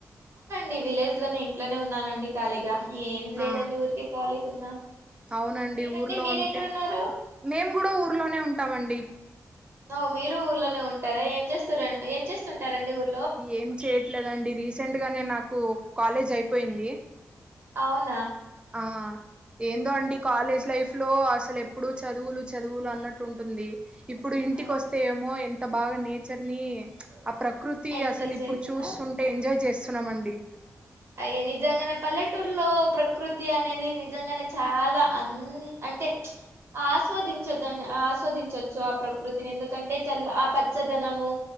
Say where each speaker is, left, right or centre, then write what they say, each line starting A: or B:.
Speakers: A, on the right; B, on the right.
A: నీ విలేజ్ లోనే ఇంట్లోనే ఉన్నానండి ఖాళీగా ఏం లేదండి
B: ఆ
A: ఊరికే ఖాళీగున్నా
B: అవునండి
A: మీరండి
B: ఊర్లో
A: మీరెక్కడున్నారు
B: ఉంటే, మేము కూడా ఊర్లోనే ఉంటామండి.
A: అవ్ మీరు ఊర్లోనే ఉంటారా ఏం చేస్తురండి ఏం చేస్తుంటారండి ఊర్
B: ఏం చేయట్లేదండి రీసెంట్ గానే నాకు కాలేజ్ అయిపోయింది
A: అవున్
B: ఆ ఏందో అండి
A: ఓకే
B: కాలేజ్ లైఫ్ లో అసలు ఎప్పుడూ చదువులు చదువులు అన్నట్టు ఉంటుంది ఇప్పుడు ఇంటికి
A: ఆ
B: వస్తే ఏమో ఎం ఎంత బాగా నేచర్ ని ఆ ప్ర కృతి
A: ఎంజాయ్
B: అసలు ఇప్పుడు
A: చేస్తున్నా
B: చూస్తుంటే ఎంజాయ్ చేస్ నమండి
A: అయ్యో నిజంగనే పల్లెటూరులో ప్రకృతి అనేది నిజంగానే చాలా అన్ అంటే, ఆస్వాదించొద్ద ఆస్వాదించొచ్చు ఆ ప్రకృతిని. ఎందుకంటే చల్ల ఆ పచ్చదనము,